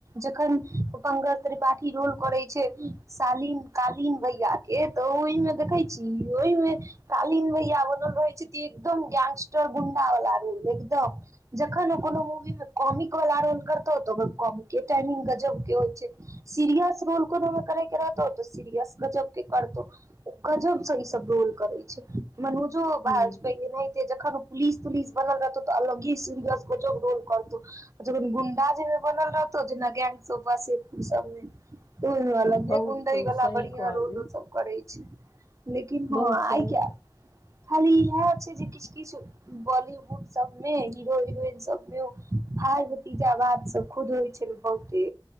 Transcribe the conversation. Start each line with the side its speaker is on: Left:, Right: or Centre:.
Right: जखन पंकज त्रिपाठी रोल करे छै सालीन कालीन वहियाद के तऽ ओहि में देखे छी ओहिमे कालीन भैया बनल रहे छै ती एकदम गैंगस्टर गुं्डा वाला रूल एकदम खन कोनो मूवी मे कॉमिक वाला रोल करतौ तऽ ओकर कॉमिक टाइमंग गजब के होइ छै सीरियस रोल कोमे करेके रहत सीरियस गजब के करतो गजब से ई सब रोल करे छै मनोजो बाहर
Left: ह
Right: बै <inaudible> जखन पुलिस तुलिस बनल रहतौ तऽ अलगे सूर्यस गोज रोल करतौ जखन गुंडा जे बनल रहतौ जेना गैंग सबमे
Left: बहुत
Right: गुंडई वला
Left: सही
Right: बढ़िया
Left: कहली
Right: रोल ओ सब करै छै लेकिन हँ
Left: बहुत
Right: आइ
Left: सही
Right: क्य खाली इएह जे किछु किछु बॉलीवुड सब मे हीरो हिरोइन सब मे भार भतीजा बात खुद होइ छै ने बहुते